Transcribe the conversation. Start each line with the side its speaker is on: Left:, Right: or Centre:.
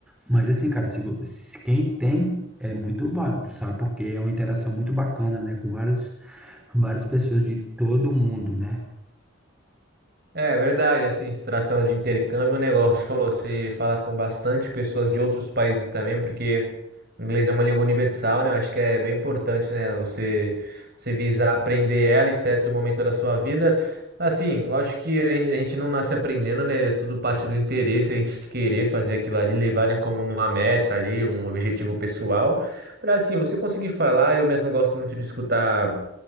Centre: Mas assim, cara, se, vo- se quem tem é muito válido, sabe? Porque é uma interação muito bacana, né? Com várias, várias pessoas de todo mundo, né?
Right: É verdade, assim, se tratando de intercâmbio, o negócio falou, você falar com bastante pessoas de outros países também, porque O inglês é uma língua universal, né? Eu acho que é bem importante, né? Você, você visar aprender ela em certo momento da sua vida. Assim, lógico que a gen- a gente não nasce aprendendo, né? É tudo parte do interesse, a gente querer fazer aquilo ali, levar, né, como uma meta ali, um objetivo pessoal. Para assim, você conseguir falar, eu mesmo gosto muito de escutar